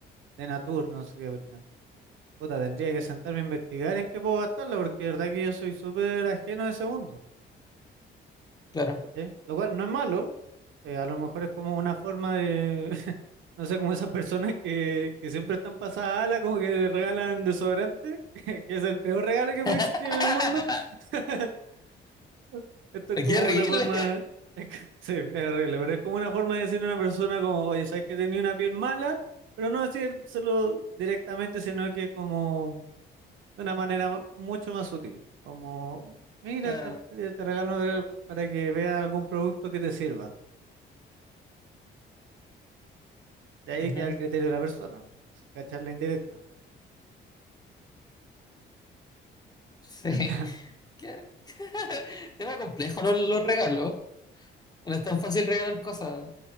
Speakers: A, on the right; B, on the left.
A: de Natur, no sé qué cuestión. Puta, tendría que sentarme a investigar en qué puedo gastarla, porque de verdad que yo soy súper ajeno a ese mundo,
B: claro.
A: ¿cachai? Lo cual no es malo, Eh, a lo mejor es como una forma de, <laughs> no sé, como esas personas que, que siempre están pasadas ala, como que le regalan desodorante, <laughs> que es el peor regalo que puede
B: <laughs>
A: existir en el mundo. <laughs> Esto es como
B: ¡Qué horrible!
A: una forma, es que- <laughs> sí, es horrible, pero es como una forma de decirle a una persona como, oye, sabes que tenía una piel mala, pero no decírselo directamente, sino que como de una manera ma- mucho más sutil, como, mira,
B: Claro.
A: te, te regalo de- para que veas algún producto que te sirva. De ahí
B: ujú,
A: queda el criterio de la persona, ¿no? Si cachas la indirecta.
B: Sí.
A: <laughs>
B: Qué- <laughs> Tema complejo los, los regalos. No es tan fácil regalar cosas.